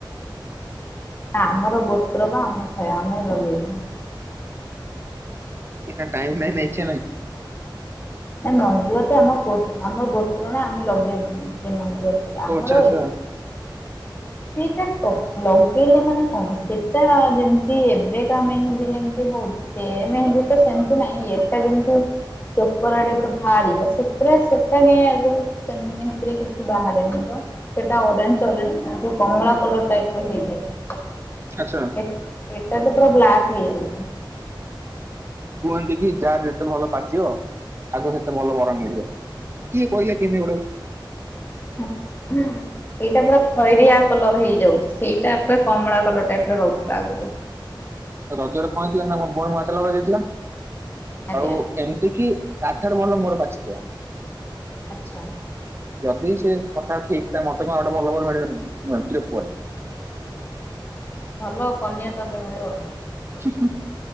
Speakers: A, on the left; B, on the right.
A: ଆମର ଗୋତ୍ର ପା ଆମେ ସେଇୟା ଆମେ ଲଗେଇମୁ।
B: ଟାଇମ ନାହଁ ନା ଇଛା ନାହିଁ?
A: ମଞ୍ଜୁଆତି ଆମ ଆମ ଗୋତ୍ରର ଆମେ ଲଗେଇବୁନି ସେ ମଞ୍ଜୁଆତି।
B: ଓ
A: ଆମର
B: ଆଚ୍ଛା ଆଚ୍ଛା
A: ଏଇଠୁ। ସେଇଟା ଲଗେଇଲେ ମାନେ କଣ ସେଟା ଯେମିତି ଏବେ କା ମେହେନ୍ଦି ଯେମତି ହଉ ସେ ମେହେନ୍ଦୀ ତ ସେମିତି ନାଇଁ ଏଟା ଯେମତି ଉପର ଆଡ଼େ ପୁରା ବାହାରିବ ସେତିରେ ସେଟା କାହିଁ ଆଗକୁ ସେ ମେହେନ୍ଦି ରେ କିଛି ବାହାରେନେହିଁ ତ। ସେଟା ଅରେଞ୍ଜେ ଅରେଞ୍ଜେ କମଳା କଲର ଟାଇପ୍ ର ହୋଇଯାଏ।
B: ଆଚ୍ଛା
A: ହେ ଏଟା ତ ପୁରା ବ୍ଲାକ୍ ହେଇଯାଉଚ।
B: କୁହନ୍ତି କି ଯାହା ଯେତେ ଭଲ ପାଚିବ ତାକୁ ସେତେ ଭଲ ବର ମିଳିବ। କିଏ କହିଲା କେନେ ଗୋଡଉ?
A: <inaudible> ଏଇଟା ପୁରା ଖଇରିଆ କଲର ହେଇଯାଉଛି। ସେଇଟା ପୁରା କମଳା କଲର ଟାଇପରେ ରହୁଥିଲା ଆଗରୁ।
B: ରଜରେ କଣହେଇଥିଲା ନା ମୋ ଭଉଣୀ ମୁଁ ହାତରେ ଲଗେଇ ଦେଇାଇଥିଲା,
A: ଆଜ୍ଞା
B: ଆଉ ଏମିତି କିି ତାଠାରୁ ଭଲ ମୋର ପାଚିଥିଲା।
A: ଆଚ୍ଛା।
B: ଯଦି ସେ କଥା ଠିକ ଠାକ୍ ମତେ କଣ ଗୋଟେ ଭଲ ବର ମିଳିବନି? <unintelligible> ପୁଅଟା।
A: ଭଲ କନିଆ ତାହେଲେ ମିଳିବ ଆଉ।
B: <unintelligible>